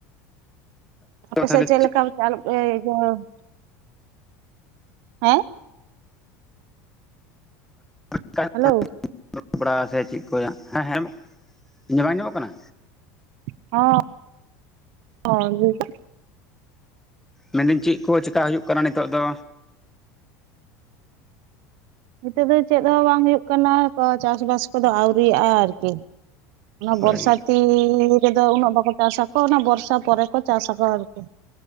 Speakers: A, on the right (about 70°); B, in the centre.
A: ᱟᱯ
B: ᱛᱟᱦᱚᱞᱮ
A: ᱥᱮᱫ ᱪᱮᱫ ᱞᱮᱠᱟ <unintelligible> ᱦᱮᱸ
B: ᱪᱮᱫ
A: ᱦᱮᱞᱳ
B: <unintelligible> ᱥᱮ ᱪᱮᱫ ᱠᱚᱭ ᱦᱮᱸ ᱦᱮᱸ <unintelligible> ᱤᱧᱟᱹᱜ ᱵᱟᱝ ᱟᱧᱡᱚᱢᱚᱜ ᱠᱟᱱᱟ
A: <unintelligible>
B: ᱢᱮᱱᱫᱟᱹᱧ ᱪᱮᱫ ᱠᱚ ᱪᱮᱠᱟ ᱦᱩᱭᱩᱜ ᱠᱟᱱᱟ ᱱᱤᱛᱚᱜ ᱫᱚ?
A: ᱱᱤᱛᱚᱜ ᱫᱚ ᱪᱮᱫ ᱦᱚᱸ ᱵᱟᱝ ᱦᱩᱭᱩᱜ ᱠᱟᱱᱟ ᱪᱟᱥᱵᱟᱥ ᱠᱚᱫᱚ ᱟᱹᱣᱨᱤᱭᱟᱜᱼᱟ ᱟᱨᱠᱤ ᱚᱱᱟ
B: ᱦᱳᱭ
A: ᱵᱚᱨᱥᱟ ᱛᱤ ᱨᱮᱫᱚ ᱩᱱᱟᱹᱜ ᱵᱟᱠᱚ ᱪᱟᱥ ᱟᱠᱚ ᱚᱱᱟ ᱵᱚᱨᱥᱟ ᱯᱚᱨᱮ ᱠᱚ ᱪᱟᱥ ᱟᱠᱚ ᱟᱨᱠᱤ᱾